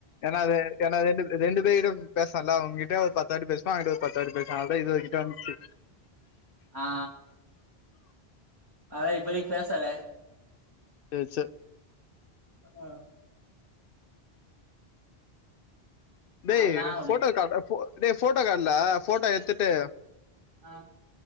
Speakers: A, on the left; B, on the right.
A: ஏனா அது என்ன ரேட்டுக்கு ரெண்டு சைடும் பேசல்ல ஓகிட்ட ஒரு பத்து வாட்டி பேசன அவேகிட்ட ஒரு பத்து வாட்டி பேசன அவ்ளோதா இருவது கிட்ட வன்ச்சு
B: ஆ அதா இப்பதிக்கி பேசல
A: ஏ சே
B: ஆ
A: டேய்
B: அதெல்லா ஒரு
A: ஃபோட்டோ க டேய் ஃபோட்டோ கட்ல ஃபோட்டோ எத்துட்டு
B: ஆ